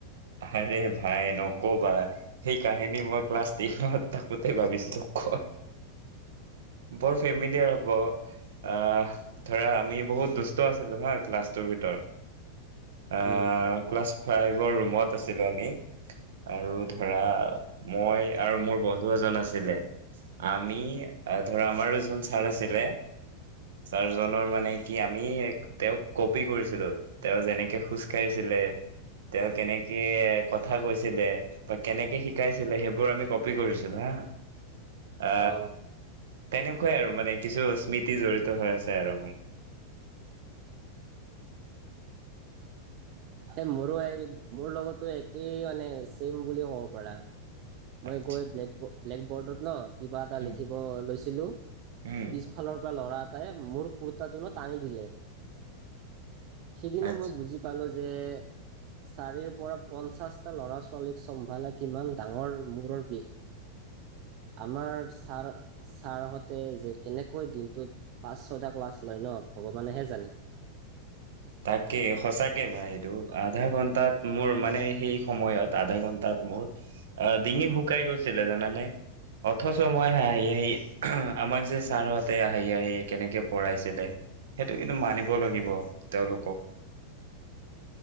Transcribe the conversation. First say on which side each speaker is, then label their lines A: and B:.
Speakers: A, on the right; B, on the right.
A: আৰে ভাই নকবা সেই কাহিনী মই ক্লাছ এইটত থাকোতে ভাবিছিলো ক বৰ ফেমিলিয়াৰ হব আহ ধৰা আমি বহুত দুষ্ট আছিলো হা ক্লাছটোৰ ভিতৰত। অ'
B: উম,
A: ক্লাছ ফাইভৰ ৰুমত আছিলো আমি আৰু ধৰা মই আৰু মোৰ বন্ধু এজন আছিলে, আমি ধৰা আমাৰ দুজন ছাৰ আছিলে, ছাৰজনৰ মানে কি আমি তেওঁক কপি কৰিছিলো, তেওঁ যেনেকে খোজকাঢ়িছিলে তেওঁ কেনেকে কথা কৈছিলে বা কেনেকে শিকাইছিলে সেইবোৰ আমি কপি কৰিছিলো হা। আ,
B: অ
A: তেনেকুৱাই আৰু মানে কিছু স্মৃতি জড়িত হৈ আছে আৰু উম।
B: সেই মোৰো, মোৰ লগতো একেই মানে ছেম বুলি ক'ব পাৰা। মই
A: আচ্ছা
B: গৈ ব্লেক বৰ্ডত ন কিবা এটা
A: উম
B: লিখিব লৈছিলো
A: উম
B: পিছফালৰ পৰা ল'ৰা তাই মোৰ কুৰ্তাটোনো টানি দিলে। সেইদিনা
A: আচ্ছা
B: মই বুজি পালো যে চাৰিৰ পৰা পঞ্চাশটা ল'ৰা ছোৱালীক চম্ভালা কিমান ডাঙৰ মূৰৰ বিষ, আমাৰ ছাৰ-ছাৰহঁতে যে কেনেকৈ দিনটোত পাঁচ ছয়টা ক্লাছ লয় ন ভগৱানেহে জানে।
A: তাকে সঁচাকে ভাই এইটো, আধা ঘন্টাত মোৰ মানে সেই সময়ত আধা ঘন্টাত মোৰ ডিঙি শুকাই গৈছিলে জানানে, অথচ মই হাঁহি-হাঁহি আমাক যে ছাৰ হহঁতে হাঁহি-হাঁহি কেনেকে পঢ়াইছিলে সেইটো কিন্তু মানিব লাগিব। তেওঁলোকক।